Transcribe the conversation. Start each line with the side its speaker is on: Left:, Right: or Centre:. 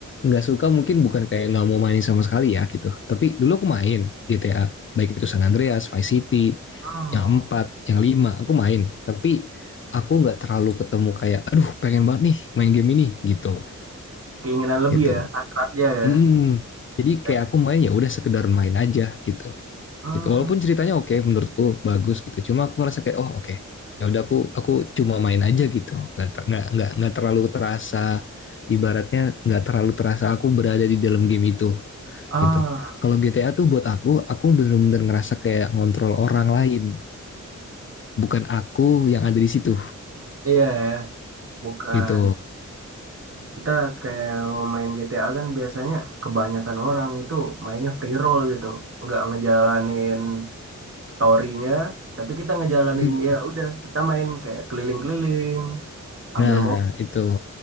Left: nggak suka mungkin bukan kayak nggak mau main sama sekali ya gitu. Tapi dulu aku main GTA baik itu San Andreas, Vice City,
Right: hmm,
Left: yang empat, yang lima aku main. Tapi aku nggak terlalu ketemu kayak, aduh pengen banget nih main game ini gitu
Right: keinginan lebih
Left: gitu.
Right: ya hasratnya ya
Left: mm Jadi
Right: kayak,
Left: kayak aku main ya udah sekedar main aja gitu.
Right: hmm,
Left: Gitu. Walaupun ceritanya oke menurutku bagus gitu. Cuma aku ngerasa kayak oh oke. Ya udah aku aku cuma main aja gitu. Nggak ter- nggak nggak nggak terlalu terasa ibaratnya nggak terlalu terasa aku berada di dalam game itu
Right: Ah,
Left: gitu. Kalau GTA tuh buat aku aku bener-bener ngerasa kayak ngontrol orang lain, bukan aku yang ada di situ
Right: iya ya, bukan
Left: gitu.
Right: kita kayak main GTA kan biasanya kebanyakan orang itu mainnya free roll gitu, nggak ngejalanin story-nya, tapi kita ngejalanin
Left: Hmm,
Right: ya udah kita main kayak keliling-keliling, ambil
Left: Nah,
Right: mobil,
Left: itu